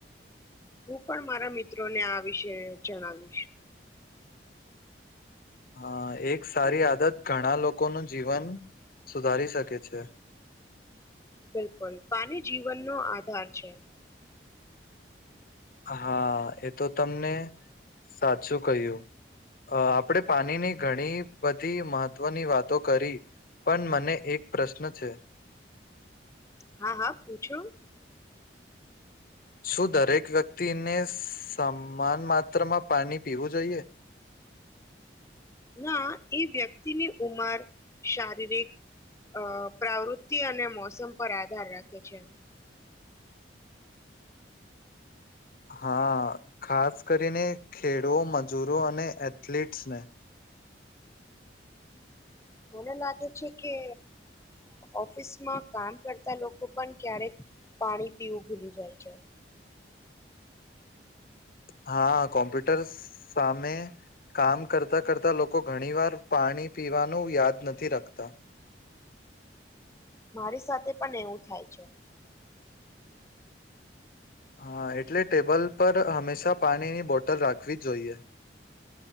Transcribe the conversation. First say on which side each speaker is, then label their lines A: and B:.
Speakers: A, on the left; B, on the left.
A: હું પણ મારા મિત્રોને આ વિશે જણાવીશ.
B: હ એક સારી આદત ઘણા લોકોનું જીવન સુધારી શકે છે.
A: બિલકુલ પાની જીવનનો આધાર છે.
B: હા એ તો તમને સાચું કહ્યું, આપણે પાણીની ઘણી બધી મહત્વની વાતો કરી, પણ મને એક પ્રશ્ન છે.
A: હા હા પૂછો.
B: શું દરેક વ્યક્તિને સમાન માત્રામાં પાણી પીવું જોઈએ?
A: ના એ વ્યક્તિની ઉમર, શારીરિક, અ પ્રવૃત્તિ અને મોસમ પર આધાર રાખે છે.
B: હા ખાસ કરીને ખેડો મજૂરો અને એથલટ્સને.
A: મને લાગે છે કે ઓફિસમાં કામ કરતા લોકો પણ ક્યારેક, પાણી પીવું ભૂલી જાય છે.
B: હા કોમ્પ્યુટર સામે કામ કરતા કરતા લોકો ઘણી વાર પાણી પીવાનું યાદ નથી રાખતા.
A: મારી સાથે પણ એવું થાય છે.
B: હા એટલે ટેબલ પર હંમેશા પાણીની બોટલ રાખવી જ જોઈએ.